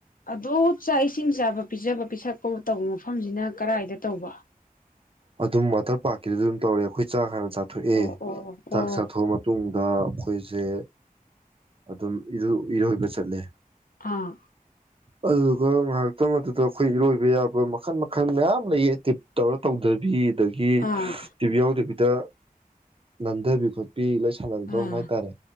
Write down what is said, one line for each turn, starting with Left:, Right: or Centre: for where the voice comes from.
Left: ꯑꯗꯣ ꯆꯥꯛ ꯏꯁꯤꯡ ꯆꯥꯕ ꯄꯤꯖꯕ ꯄꯤꯁꯛ ꯑꯐ ꯇꯧꯕ ꯃꯐꯝꯁꯤꯅ ꯀꯔꯥꯏꯏꯗ ꯇꯧꯕ
Right: ꯑꯗꯨꯝ ꯋꯥꯇꯔ ꯄꯥꯔꯛꯀꯤꯗ ꯑꯗꯨꯝ ꯇꯧꯔꯦ ꯑꯩꯈꯣꯏ ꯆꯥꯈꯔ ꯆꯥꯊꯣꯛꯑꯦ
Left: ꯑꯣ ꯑꯣ ꯑꯣ
Right: ꯆꯥꯛ ꯆꯥꯊꯣꯛꯑ ꯃꯇꯨꯡ ꯗ ꯑꯩꯈꯣꯏꯁꯦ ꯑꯗꯨꯝ ꯏꯔꯣꯏꯕ ꯆꯠꯂꯦ
Left: ꯑꯥ
Right: ꯑꯗꯨꯒ ꯉꯥꯏꯍꯥꯛꯇꯪ ꯑꯗꯨꯗ ꯑꯩꯈꯣꯏ ꯏꯔꯣꯏꯕ ꯌꯥꯕ ꯃꯈꯜ ꯃꯈꯜ ꯃꯌꯥꯝ ꯂꯩꯌꯦ ꯑꯦꯇꯤꯞ ꯇꯧꯔ ꯇꯧꯗꯕꯤ ꯑꯗꯒꯤ
Left: ꯑꯥ
Right: ꯇꯤꯚꯤ ꯌꯥꯎꯗꯕꯤ ꯗ ꯅꯟꯗꯕꯤ ꯈꯨ ꯄꯄꯤ ꯂꯣꯏ ꯁꯥꯟꯅꯕꯝ
Left: ꯑꯥ
Right: ꯍꯥꯏꯇꯥꯔꯦ